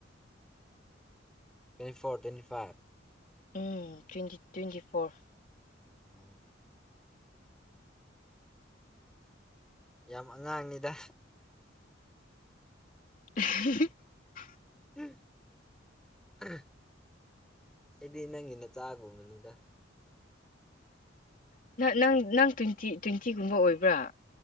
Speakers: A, in the centre; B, on the left (about 45°).
A: twenty four twenty five
B: um twenty twenty four
A: um ꯌꯥꯝ ꯑꯉꯥꯡꯅꯤꯗ
B: <unintelligible>
A: ꯎꯝ ꯑ ꯑꯩꯗꯤ ꯅꯪꯒꯤꯅ ꯆꯥꯒꯨꯝꯕꯅꯤꯗ
B: ꯅꯪ ꯅꯪ ꯇ꯭ꯋꯦꯟꯇꯤ ꯇ꯭ꯋꯦꯟꯇꯤꯒꯨꯝꯕ ꯑꯣꯏꯕ꯭ꯔꯥ